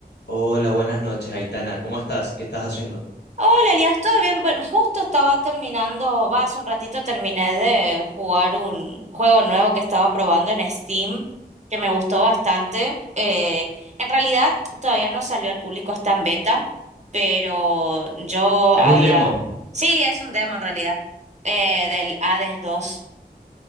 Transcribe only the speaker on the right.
Hola, Elías, ¿todo bien? Bueno, justo estaba terminando, va, hace un ratito terminé de jugar un juego nuevo que estaba probando en Steam, que me gustó bastante. Eh, en realidad todavía no salió al público, está en beta, pero yo
había...
Sí, es un demo en realidad, eh, del Hades dos.